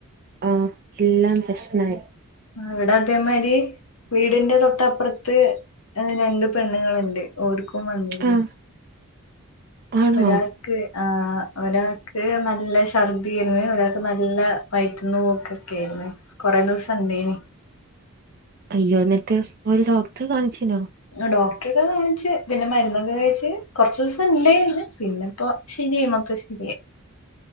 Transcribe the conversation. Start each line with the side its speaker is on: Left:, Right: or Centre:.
Right: ആഹ് എല്ലാം പ്രശ്നായി
Left: ആഹ് എവിടെ അതേമാരി വീടിന്റെ തൊട്ടപ്പുറത്ത് രണ്ട് പെണ്ണുുകളുണ്ട് ഓർക്കും വന്നിരുന്നു
Right: ആഹ് ആണോ
Left: ഒരാൾക്ക് ആ ഒരാൾക്ക് നല്ല ശർദിയെന് ഒരാൾക്ക് നല്ല- വയറ്റിൽന്ന് പോക്ക ഒക്കെ ആയിരുന്നു കൊറെേ ദിവസം ഉണ്ടേന്
Right: അയ്യോ എന്നിട്ട് ഒരു ഡോക്ടറെ കാണിച്ചനോ
Left: ഡോക്ടറൊക്കെ കാണിച്ച് പിന്നെ മരുന്നൊക്കെ കഴിച്ച് കുറച്ച ദിവസം ണ്ടായിന് പിന്നെ ഇപ്പൊ ശരിയയി മൊത്തം ശരിയായി